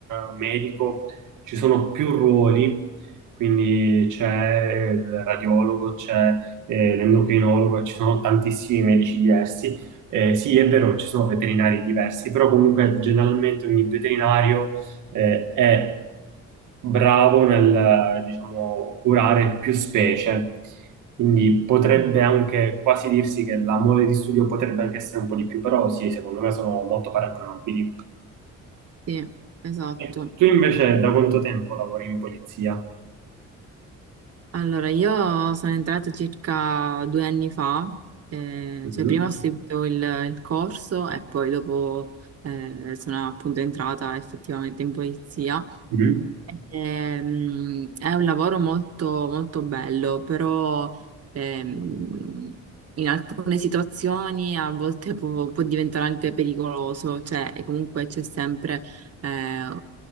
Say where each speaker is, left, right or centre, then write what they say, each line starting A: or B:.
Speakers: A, on the right; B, on the right.
A: eh, medico ci sono più ruoli, quindi c'è il radiologo, c'è eh, l'endocrinologo, ci sono tantissimi medici diversi. Eh, sì, è vero, ci sono veterinari diversi, però comunque generalmente ogni veterinario eh, è bravo nel, diciamo, curare più specie. Quindi potrebbe
B: Mm.
A: anche quasi dirsi che la mole di studio potrebbe anche essere un po' di più, però sì, secondo me sono molto paragonabili.
B: sì, esatto.
A: E Tu invece da quanto tempo lavori in polizia?
B: Allora, io sono entrata circa due anni fa, eh,
A: Mhm.
B: cioè prima ho seguito il, il corso e poi dopo eh, sono appunto entrata effettivamente in polizia.
A: Mhm.
B: Ehm, è un lavoro molto, molto bello, però ehm, alcune situazioni a volte può, può diventare anche pericoloso, cioè e comunque c'è sempre eh,